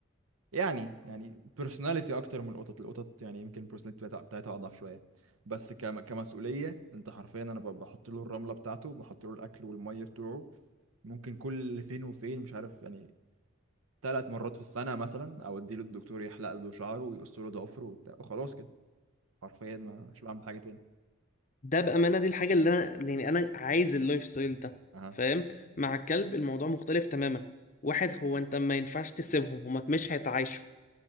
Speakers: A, on the right; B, on the left.
A: يعني يعني بيرسوناليتي اكتر من القطط القطط يعني يمكن البيرسوناليتي بتاعتها بتاعتها اضعف شويه بس كم كمسؤوليه انت حرفيا انا ب- بحط له الرمله بتاعته بحط له الاكل والميه بتوعه ممكن كل فين وفين مش عارف يعني ثلاث مرات في السنه مثلا اوديه للدكتور يحلق له شعره ويقص له ضفره وبتاع وخلاص كده حرفيا ما- مش بعمل حاجه تاني
B: ده بأمانة دي الحاجة اللي أنا يعني أنا عايز اللايف ستايل ده
A: اها
B: فاهم مع الكلب الموضوع مختلف تماما واحد هو أنت ما ينفعش تسيبهم هما مش هيتعايشوا